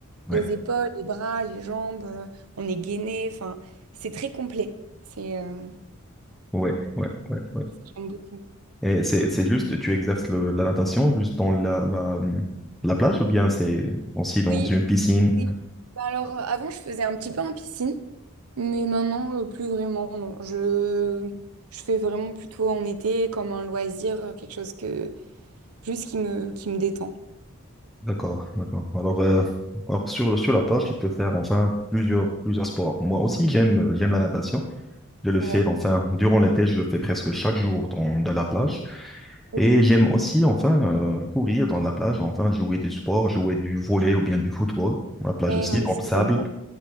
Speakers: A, in the centre; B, on the right.
A: ouais,
B: les épaules, les bras, les jambes, euh, on est gainé, enfin, c'est très complet. C'est, euh,
A: ouais, ouais, ouais, ouais.
B: j'aime beaucoup.
A: Et c'est, c'est juste, tu exerces le, la natation juste dans la, la, la plage ou bien c'est aussi dans
B: Oui,
A: une piscine?
B: oui. Bah Alors, euh, avant, je faisais un petit peu en piscine, mais maintenant, euh, plus vraiment, non. Je, je fais vraiment plutôt en été, comme un loisir, euh, quelque chose que, juste qui me, qui me détend.
A: D'accord, d'accord. Alors, euh, alors sur, le- sur la plage, tu peux faire enfin plusieurs, plusieurs sports. Moi aussi, j'aime, j'aime la natation. Je le
B: Ouais,
A: fais, enfin, durant l'été, je le fais presque chaque jour dans, dans la plage.
B: ok.
A: Et j'aime aussi, enfin, euh, courir dans la plage, enfin, jouer du sport, jouer du volley ou bien du football. La plage
B: Ouais,
A: aussi,
B: moi
A: dans
B: aussi,
A: le sable.
B: j'aime bien.